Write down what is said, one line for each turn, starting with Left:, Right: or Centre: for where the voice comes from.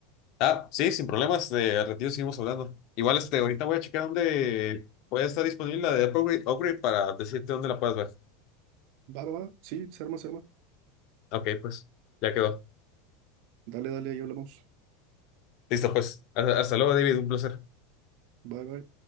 Left: Ah, sí, sin problemas, de al ratito seguimos hablando. Igual, este, ahorita voy a checar dónde puede estar disponible la de Upgrade, Upgrade para decirte dónde la puedes ver.
Right: Va, va, va. Sí, se arma, se arma.
Left: Ok, pues, ya quedó.
Right: Dale, dale, ahí hablamos.
Left: Listo, pues. hasta hasta luego, David, un placer.
Right: Bye, bye.